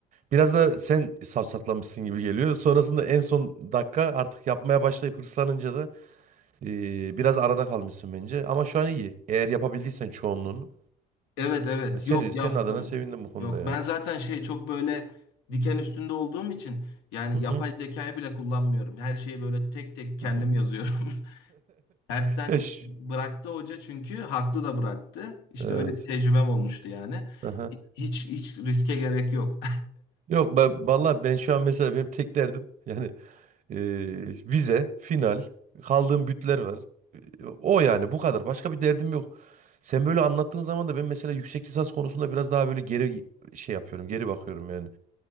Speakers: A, on the right; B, on the left.
A: Biraz da sen safsatlamışsın gibi geliyor. Sonrasında en son dakika artık yapmaya başlayıp hırslanınca da e, biraz arada kalmışsın bence. Ama şu an iyi. Eğer yapabildiysen çoğunluğunu.
B: Evet evet
A: Yani seni,
B: yok yaptım.
A: senin adına sevindim bu konuda
B: Yok
A: ya.
B: ben zaten şey çok böyle diken üstünde olduğum için yani
A: Hı
B: yapay
A: hı.
B: zekayı bile kullanmıyorum. Her şeyi böyle tek tek kendim
A: Hı hı.
B: yazıyorum. <laughs> Dersten
A: <laughs> Eş.
B: bıraktı hoca çünkü haklı da bıraktı. İşte
A: Evet.
B: öyle bir tecrübem olmuştu yani.
A: Aha.
B: Hiç hiç riske gerek yok.
A: Yok ben vallahi ben şu an mesela benim tek derdim yani e, vize, final, kaldığım bütler var. E, O yani bu kadar. Başka bir derdim yok. Sen böyle anlattığın zaman da ben mesela yüksek lisans konusunda biraz daha böyle geri şey yapıyorum, geri bakıyorum yani.